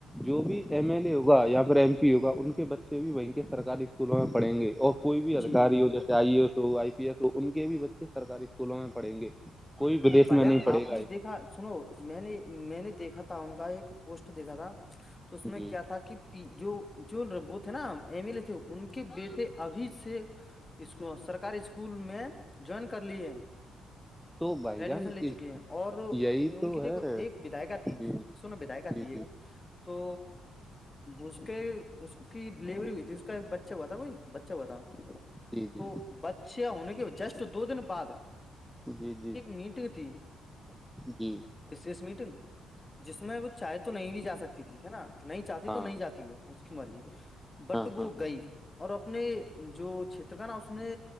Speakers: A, in the centre; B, on the left.
A: جو بھی ایم ایل اے ہوگا یا پھر ایم پی ہوگا ان کے بچے بھی وہیں کے سرکاری اسکولوں میں پڑھیں گے اور کوئی بھی ادھکاری
B: جی
A: ہو جیسے آئی ای ایس ہو آئی پی ایس ہو ان کے بھی بچے سرکاری اسکولوں میں پڑھیں گے کوئی ودیش
B: بھ
A: میں
B: جان
A: نہیں پڑے
B: آپ
A: گا
B: نے دیکا سنو میں نے میں نے دیکھا تھا ان کا ایک پوسٹ دیکھا تھا تو اس میں
A: جی
B: کیا تھا کہ جو جو وہ تھے نا ایم ایل اے تھے ان کے بیٹے ابھی سے اس سرکاری اسکول میں جوائن کر لیے
A: تو بھائی
B: ایڈمیشن
A: جان
B: لے چکی ہیں اور ان
A: یہی تو
B: کی دیکھو
A: ہے
B: ایک ودایکا تھی
A: جی
B: سنو بدا کا
A: جی
B: تھی ایک
A: جی
B: تو اس کے اس کی ڈیلیوری ہوئی تھی اس کا بچہ ہوا تھا کوئی بچہ بتا
A: جی
B: تو بچہ ہونے کے جسٹ دو دن بعد
A: جی جی
B: میٹ ک ت <inaudible>
A: جی
B: شش میٹنگ جس میں وہ چاہے تو نہیں بھی جا سکتی تھی ہے نا نہیں چاہتی
A: ہاں
B: تو نہیں جاتی وہ اس کی مرضی بٹ
A: ہاں
B: وہ
A: ہاں
B: گئی اور اپنے جو چھیتر کا نا اس میں